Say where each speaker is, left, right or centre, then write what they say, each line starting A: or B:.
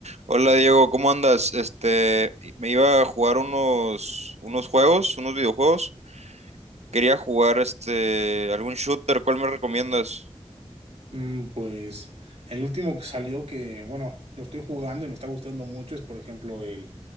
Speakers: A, on the right (about 85°); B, on the right (about 70°).
A: Hola Diego, ¿cómo andas? Este, me iba a jugar unos, unos juegos, unos videojuegos. Quería jugar este, algún shooter, ¿cuál me recomiendas?
B: Mm, Pues el último que salió que, bueno, lo estoy jugando y me está gustando mucho es, por ejemplo, el,